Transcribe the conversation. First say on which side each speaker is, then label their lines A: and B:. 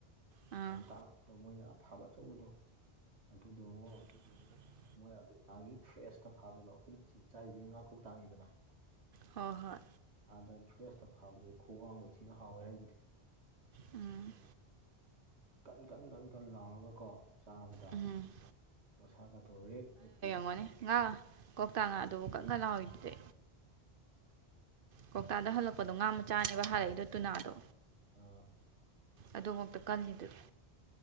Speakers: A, on the right (about 60°); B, on the right (about 80°).
A: ꯑꯥ
B: ꯇꯥꯡꯕꯗꯣ ꯃꯣꯏꯅ ꯑꯐꯕ ꯑꯆꯧꯕꯗꯣ ꯑꯗꯨꯗꯣ ꯑꯃꯛ
A: ꯑꯗꯨ
B: ꯃꯣꯏ ꯑꯗꯨ ꯃꯥꯒꯤ ꯐ꯭ꯔꯦꯁꯇ ꯐꯥꯕꯗꯣ ꯑꯩꯈꯣꯏꯅ ꯆ ꯆꯥꯏꯁꯤꯗꯤ ꯉꯥ ꯀꯣꯛ ꯇꯥꯅꯤꯗꯅ
A: ꯍꯣꯏ ꯍꯣꯏ
B: ꯑꯥꯗ ꯐ꯭ꯔꯦꯁꯇ ꯐꯥꯎꯗꯦ ꯈꯣꯡ ꯊꯤꯅ ꯍꯥꯎꯋꯦ ꯍꯥꯏꯖꯤꯗꯤ
A: ꯎꯝ
B: ꯀꯟ ꯀꯟ ꯀꯟ ꯀꯟ ꯂꯥꯎꯔꯒꯀꯣ ꯆꯥꯕꯗ
A: ꯎꯝ
B: ꯃꯁꯥ ꯀꯥꯊꯣꯛ ꯔꯦ ꯃꯤꯠꯀꯤ
A: ꯑꯣꯏꯔꯝꯒꯅꯤ ꯀꯧꯇ ꯉꯥꯁꯨ ꯀꯟ ꯀꯟ ꯂꯥꯎꯔꯤꯗꯨꯗꯤ ꯀꯧꯇꯥꯗ ꯍꯜꯂꯛꯄꯗꯣ ꯉꯥꯃ ꯆꯥꯅꯦꯕ ꯍꯥꯏꯔꯛꯏꯗꯣ ꯇꯨꯅꯥꯗꯣ
B: ꯑ
A: ꯑꯗꯨꯃꯛꯇ ꯀꯜꯂꯤꯗꯨꯗꯤ